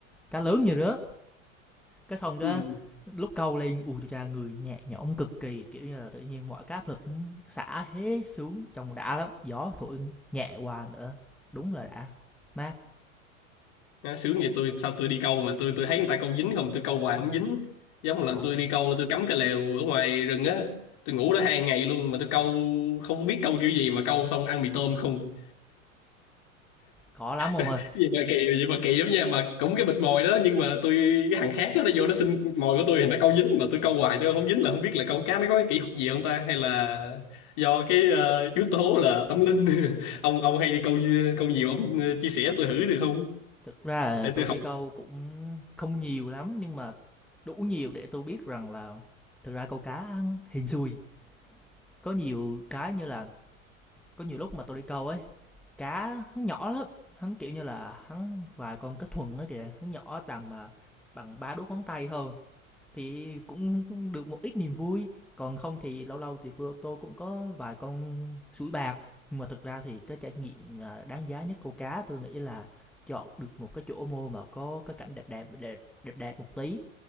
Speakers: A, in the centre; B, on the left.
A: cá lớn như rứa cái xong cái
B: Ừ.
A: lúc câu lên u chú cha người nhẹ nhõm cực kỳ kiểu như là tự nhiên mọi cái áp lực nó xả hết xuống trông đã lắm gió thổi nhẹ qua nữa đúng là đã mát
B: Nó sướng vậy tôi sao tôi đi câu mà tôi tôi thấy người ta câu dính không tôi câu hoài không dính giống một lần
A: khó
B: tôi đi câu tôi cắm cái lều ở ngoài rừng á tôi ngủ đó hai ngày luôn mà tôi câu không biết câu kiểu gì mà câu xong ăn mì tôm không
A: khó lắm ông
B: <laughs>
A: ơi
B: vậy mà kỳ vậy mà kỳ lắm nha mà cũng cái bịch mồi đó nhưng mà tôi cái thằng khác đó, nó vô nó xin mồi của tôi thì nó câu dính mà tôi câu hoài tôi không dính là không biết là câu cá nó có cái kỹ thuật gì không ta hay là do cái ờ, yếu tố là tâm linh <laughs> ông ông hay đi câu câu nhiều ông ờ, chia sẻ tôi thử được không
A: thực ra là
B: để
A: tôi
B: tôi học
A: đi câu cũng không nhiều lắm nhưng mà đủ nhiều để tôi biết rằng là thực ra câu cá hên xui có nhiều cái như là có nhiều lúc mà tôi đi câu ấy cá hắn nhỏ lắm hắn kiểu như là hắn vài con cá thuần ấy kìa hắn nhỏ tầm à, bằng ba đốt ngón tay thôi Thì cũng được một ít niềm vui, còn không thì lâu lâu thì tôi cũng có vài con sủi bạc. Nhưng mà thực ra thì cái trải nghiệm, à, đáng giá nhất câu cá tôi nghĩ là chọn được một cái chỗ mua mà có cái cảnh đẹp đẹp đẹp đẹp đẹp một tí,